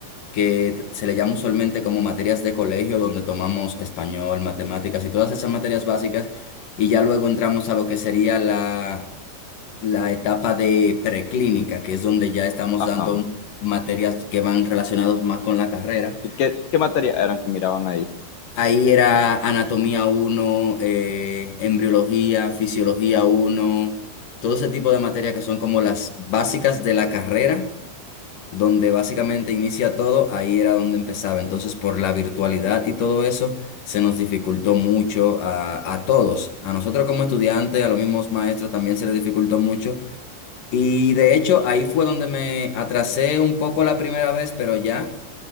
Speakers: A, on the left; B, on the left.
A: que t- se le llama usualmente como materias de colegio, donde tomamos español, matemáticas y todas esas materias básicas, y ya luego entramos a lo que sería la, la etapa de preclínica, que es donde ya estamos
B: Ajá.
A: dando materias que van relacionadas más con la carrera.
B: ¿Y qué, qué materias eran que miraban ahí?
A: Ahí era anatomía uno eh, embriología, fisiología uno todo ese tipo de materias que son como las básicas de la carrera donde básicamente inicia todo, ahí era donde empezaba. Entonces, por la virtualidad y todo eso, se nos dificultó mucho a, a todos. A nosotros como estudiantes, a los mismos maestros también se les dificultó mucho. Y de hecho, ahí fue donde me atrasé un poco la primera vez, pero ya